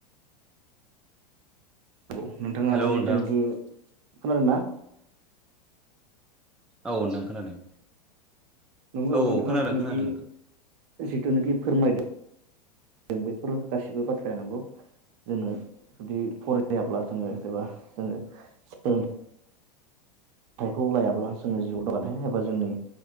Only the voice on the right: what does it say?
औ नोंथाङा
जितुनोखि
खोनादों ना?
नंगौ
नोंथाङा
जितुनोखि
जितुनोखि फोरमायदों जों बेफोर गासिबो बाथ्राया नोंगौ। जोङो जुदि फरायाब्ला जोङो जेबा जोङो सोलों <unintelligible> लायाब्ला जोङो जिउआव दावगानो हाया एबा जोंनि